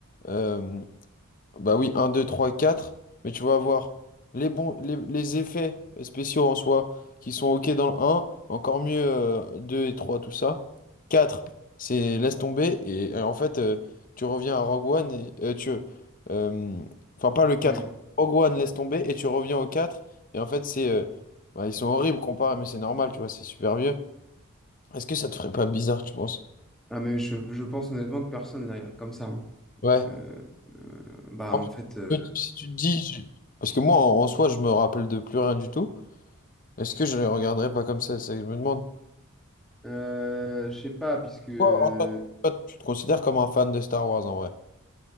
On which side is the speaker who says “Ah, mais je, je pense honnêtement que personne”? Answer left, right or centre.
Centre